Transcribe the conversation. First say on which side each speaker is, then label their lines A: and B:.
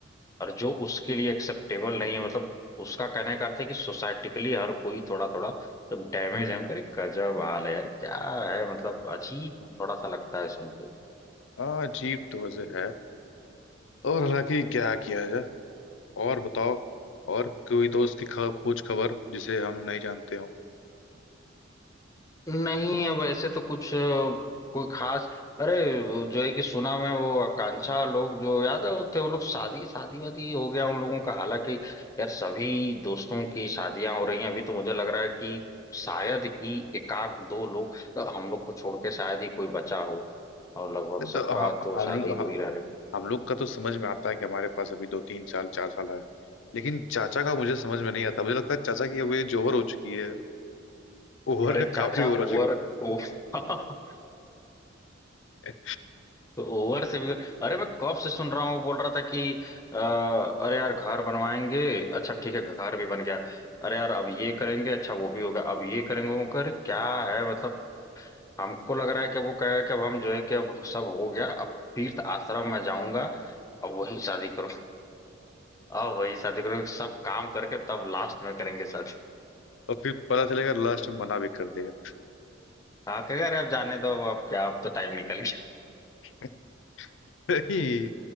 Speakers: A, on the left; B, on the left.
A: और जो उसके लिए एक्सेप्टेबल नहीं है मतलब उसका कहने का अर्थ है कि सोसाइटिकली हर कोई थोड़ा थोड़ा जब डैमेज
B: हम्म
A: है करे गजब हाल है यार क्या है मतलब अजीब
B: हम्म।
A: थोड़ा सा लगता है सुन के
B: हाँ अजीब तो वजह है और हालांकि क्या किया जाए और बताओ और कोई दोस्त की ख- खोज खबर जिसे हम नहीं जानते हो
A: नहीं अब ऐसे तो कुछ अ, कोई खास अरे वो जो है कि सुना मैं वो आकांक्षा लोग जो याद है वो थे वो लोग शादी शादी वादी हो गया उन लोगों का हालांकि यार सभी दोस्तों की शादियां हो रही हैं अभी तो मुझे लग रहा है कि शायद ही एकाग दो लोग अ, हम लोग को छोड़ के शायद ही कोई बचा हो और लगभग
B: नहीं तो
A: सबका
B: ह-
A: तो
B: हम
A: शादी
B: लो-
A: हो
B: ह-
A: ही रहा है
B: हम लोग का तो समझ में आता है कि हमारे पास अभी दो तीन साल चार साल है लेकिन चाचा का मुझे समझ में नहीं आता मुझे लगता है चाचा की अब एज ओवर हो चुकी है ओवर
A: अरे
B: का
A: चाचा
B: काफी ओवर हो
A: ओवर
B: चुकी
A: ओ <laughs>
B: है
A: ओवर से भी अरे मैं कब से सुन रहा हूँ वो बोल रहा था कि अ, अरे यार घर बनवाएंगे अच्छा ठीक है घर भी बन गया अरे यार अब ये करेंगे अच्छा वो भी होगा अब ये करेंगे वो कर क्या है मतलब हमको लग रहा है कि अब वो कहेगा कि अब हम जो है कि अब सब हो गया अब तीर्थ आश्रम में जाऊंगा अब वही शादी करूँ अब वही शादी करूँ सब काम करके तब लास्ट में करेंगे शादी
B: और फिर पता चलेगा लास्ट में मना भी कर देगा
A: हाँ कहेगा अरे अब जाने दो अब क्या अब तो टाइम निकल गया
B: <laughs> नहीं